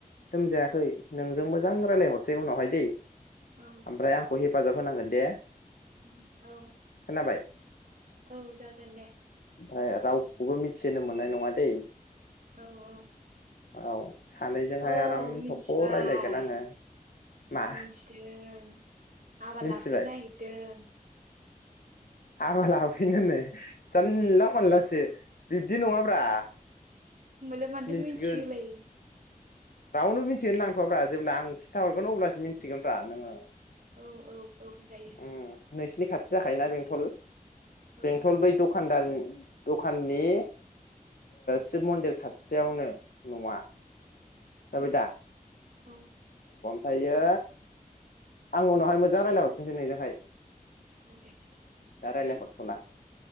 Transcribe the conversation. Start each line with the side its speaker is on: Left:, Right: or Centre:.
Left: लोमजायाखै नोंजों मोजां रायज्लायहरसै उनावहाय दै।
Right: औ
Left: ओमफ्राय आंखौ हे फाजाब होनांगोन दे।
Right: ओं औ
Left: जाबाय
Right: औ जागोन दे।
Left: ओमफ्राय रावखौबो मिथिहोनो मोननाय नङा दैे
Right: औ औ
Left: औ सानैजोंहाय
Right: औ औ
Left: आराम
Right: मिथिबाय
Left: थख' रायलायगोन आङो मा
Right: आं मिथिदों हाबा
Left: मिथिबाय
Right: लाफैनो नागिरदों
Left: हाबा लाफैनोै जानला मोनानलासो बिब्दि नङाब्रा
Right: ओमबालाय मानोथो
Left: मिथिगोन
Right: मिथिहोलायि
Left: रावनो मिथि होनो नांथ'वाब्रा जेब्ला आं खिथाहरगोन अब्लासो मिथिगोनब्रा नोङो
Right: औ औ औ जायो
Left: उम नोंसिनि खाथि जाखायोना बेंथल बेंथल
Right: औ
Left: बै दखानदान दखाननि शिब मन्दिर खाथियावनो न'आ जाबाय
Right: अ औ
Left: थायो आं उनावहाय मोजां रायज्लायहरफिनसै नोंजोंहाय
Right: दे जागोन
Left: दा रायज्लाय हरथला